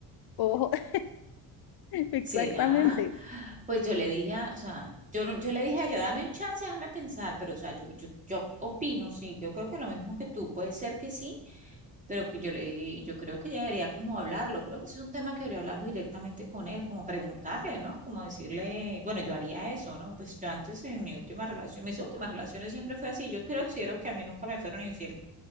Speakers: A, on the left; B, on the right.
A: Ojo, <laughs> exactamente.
B: ¿Será? Pues yo le dije, a- o sea, yo, no- yo le dije a ella, dame un chance, déjame pensar, pero o sea, yo, yo, yo opino, sí, yo creo que lo mismo que tú, puede ser que sí, pero que yo le, di- yo creo que ella debería como hablarlo, creo que ese es un tema que debería hablarlo directamente con él, como preguntarle, ¿no? Como decirle, bueno, yo haría eso, ¿no? Pues yo antes en mi última relación, mis últimas relaciones siempre fue así, yo considero que a mí nunca me fueron infiel,